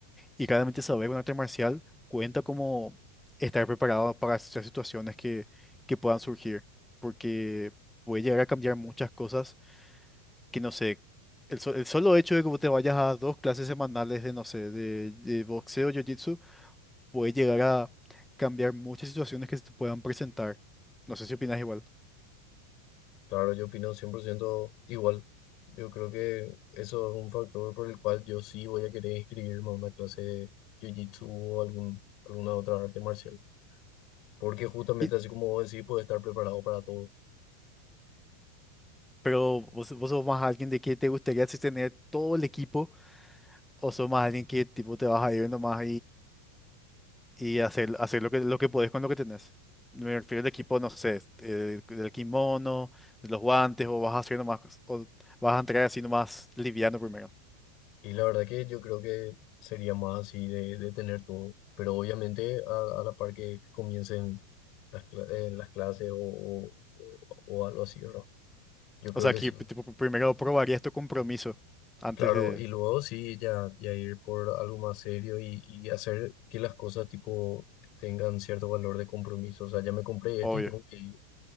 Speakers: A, in the centre; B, on the left.
A: Y claramente saber un arte marcial cuenta como estar preparado para ciertas situaciones que, que puedan surgir, porque puede llegar a cambiar muchas cosas que no sé. El, so- el solo hecho de que vos te vayas a dos clases semanales de, no sé, de, de boxeo, jiu-jitsu, puede llegar a cambiar muchas situaciones que se te puedan presentar. No sé si opinas igual.
B: Claro, yo opino 100% igual. Yo creo que eso es un factor por el cual yo sí voy a querer inscribirme a una clase de jiu-jitsu o algún, alguna otra arte marcial. Porque justamente
A: Y-
B: así como vos decís, puedes estar preparado para todo.
A: pero vos, vos sos más alguien de que te gustaría así tener todo el equipo o sos más alguien que tipo te vas a ir nomás y hacer, hacer lo que, lo que podés con lo que tenés. Me refiero al equipo, no sé, eh, del kimono, de los guantes, o vas a hacer nomás, o vas a entrar así nomás liviano primero.
B: Y la verdad que yo creo que sería más así de, de tener todo. Pero obviamente a, a la par que, que comiencen las, cla- eh, las clases o, o, o- o algo así, ¿verdad? Yo creo
A: O sea,
B: que
A: que
B: sí.
A: tipo, pr- primero probarías tu compromiso antes
B: Claro,
A: de,
B: y luego sí, ya, ya ir por algo más serio y, y hacer que las cosas tipo tengan cierto valor de compromiso. O sea, ya me compré esto
A: obvio.
B: y tengo que ir.